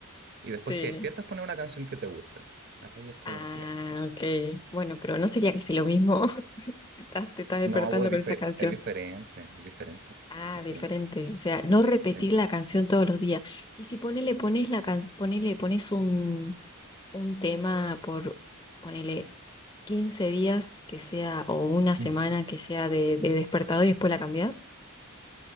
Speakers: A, on the right; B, on the left.
A: y
B: sí.
A: después que despiertas poner una canción que te gusta. Ahí es como,
B: Ah,
A: ya.
B: ok. Bueno, pero no sería casi lo mismo <laughs> si estás- te estás despertando
A: No, pues,
B: con
A: es
B: esa
A: difer-
B: canción.
A: es diferente, es diferente,
B: Ah,
A: es
B: diferente.
A: diferente.
B: O sea, no repetir
A: sí.
B: la canción todos los días. Y si ponele, pones la can- ponele, pones un, un tema por, ponele, 15 días que sea, o una semana
A: <laughs>
B: que sea de, de despertador y después la cambiás.